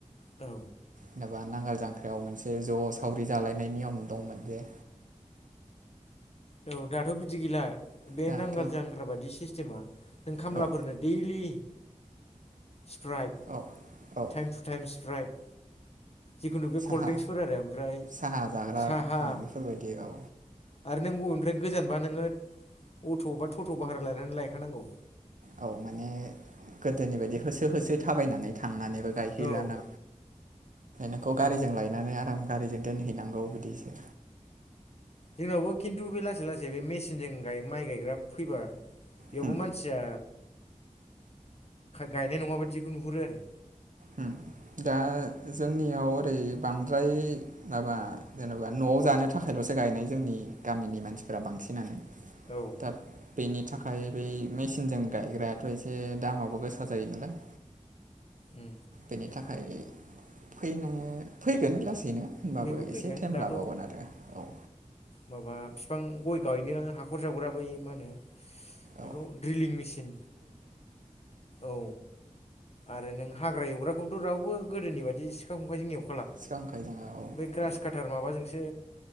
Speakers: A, on the left; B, on the right.
A: औ
B: जेन'बा नांगोल जांख्रायाव मोनसे ज' सावरि जालायनाय नियम दंमोन जे
A: औ दाथ' बिदि गैला बे
B: दाथ'
A: नांगार जांग्रा बायदि सिस्टेमा नों खामलाफोरनो
B: औ
A: दैलि स्प्राइक
B: औ औ
A: टाइम टु टाइम स्प्राइक जिखुनु बे
B: साहा
A: कल्डड्रिंक्सफोर आरो ओमफ्राय
B: साहा जाग्रा
A: साहा
B: बेफोरबायदि औ
A: आरो नों बबेनिफ्राय गोजानबा नोङो अट' बा टट' भारा लायनानै लायखानांगौ
B: औ माने गोदोनि बायदि होसो होसो थाबायनानै थांनानै गायहैलाना
A: औ
B: नोंखौ गारिजों
A: ओम
B: लायनानै आराम गारिजों दोनहैनांगौ बिदिसो
A: जोंनावबो खिन्थु बे लासै लासै बे मेसिनजों माइ गायग्रा फैबा बेयावबो
B: होम
A: मानसिया गायनाय नङा बायदिखौ नुहुरो आरो
B: उ दा जोंनियाव ओरै बांद्राय माबा जेनेबा न'आव जानो थाखायल' सो गायनाय जोंनि गामिनि मानसिफोरा बांसिनानो
A: औ
B: दा बेनि थाखाय बै मेसिनजों गायग्रायाथ' एसे दामाबो गोसा जायो नालाय
A: उम
B: बेनि थाखाय फैनो फैगोन लासै दिनो होनबाबो
A: बेबो फैगोन
B: एसे टाइम
A: दाथ'
B: लाबावगोन
A: औ
B: आरो औ
A: माबा बिफां गय गायनो हाखर जावग्राबो मा होनो बेखौ
B: औ
A: ड्रिलिं मेचिन औ आरो नों हाग्रा एवग्राखौ रावबो गोदोनि बायदि सिखा खंखाइजों एव
B: सिखा खंखाय जोङो औ
A: बै ग्रास
B: औ
A: काटार माबाजोंसो